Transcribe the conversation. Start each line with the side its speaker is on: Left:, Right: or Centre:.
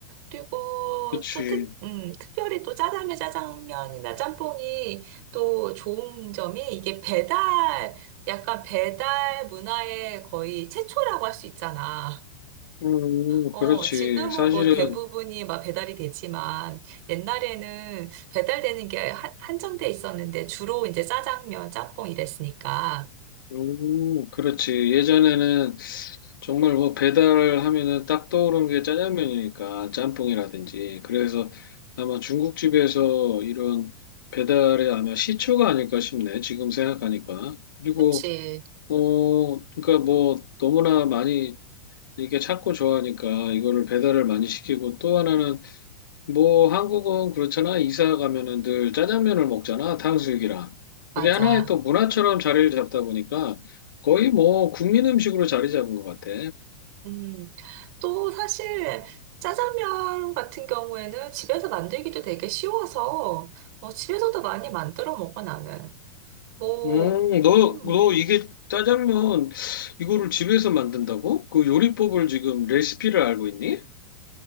Right: 그리고
Left: 그렇지.
Right: 또 특, 음, 특별히 또 짜장면, 짜장면이나 짬뽕이 또 좋은 점이 이게 배달, 약간 배달 문화의 거의 최초라고 할 수 있잖아.
Left: 음,
Right: 어,
Left: 그렇지.
Right: 지금은
Left: 사실은
Right: 뭐 대부분이 막 배달이 되지만 옛날에는 배달되는 게 한- 한정돼 있었는데 주로 이제 짜장면, 짬뽕 이랬으니까.
Left: 음, 그렇지. 예전에는 정말 뭐 배달하면은 딱 떠오르는 게 짜장면이니까 짬뽕이라든지. 그래서 아마 중국집에서 이런 배달에 아마 시초가 아닐까 싶네. 지금 생각하니까. 그리고
Right: 그치,
Left: 어, 그러니까 뭐 너무나 많이 이게 찾고 좋아하니까 이거를 배달을 많이 시키고 또 하나는 뭐 한국은 그렇잖아. 이사 가면은 늘 짜장면을 먹잖아. 탕수육이랑.
Right: 맞아.
Left: 그게 하나의 또 문화처럼 자리를 잡다 보니까 거의 뭐 국민 음식으로 자리 잡은 것 같아.
Right: 음, 또 사실 짜장면 같은 경우에는 집에서 만들기도 되게 쉬워서 어, 집에서도 많이 만들어 먹어 나는. 뭐,
Left: 음, 너,
Right: 음,
Left: 너 이게 짜장면 이거를 집에서 만든다고? 그 요리법을 지금 레시피를 알고 있니?